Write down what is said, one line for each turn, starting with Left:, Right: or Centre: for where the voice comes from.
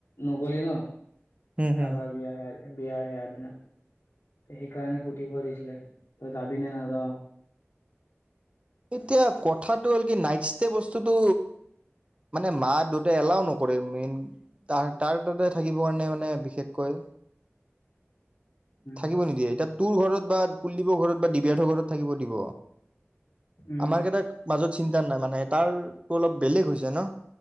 Left: নগলি ন
Right: হম হম
Left: ৰাভাৰ বিয়া হে। এ বিয়াৰ হেয়াৰ দিনা সেইকাৰণে সুধিব দিছিলে তই যাবি নে নাযাওঁ
Right: এতিয়া কথাটো হল কি নাইট ষ্টে বস্তুটো মানে মা দেউটাই এলাও নকৰে মেইন তাৰ-তাৰ তাতে থাকিব কাৰণে মানে বিশেষকৈ
Left: উম
Right: থাকিব নিদিয়ে এতিয়া তোৰ ঘৰত বা কুলদ্বীপৰ ঘৰত বা ডিবাহতৰ ঘৰত থাকিব দিব।
Left: উম
Right: আমাৰ কেইটাক মাজত চিন্তা নাই মানে তাৰটো অলপ বেলেগ হৈছে ন